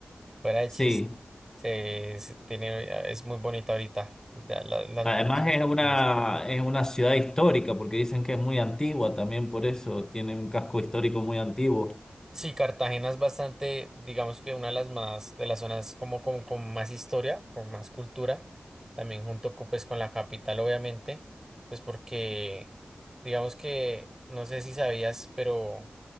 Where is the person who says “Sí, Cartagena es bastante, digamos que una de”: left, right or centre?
Right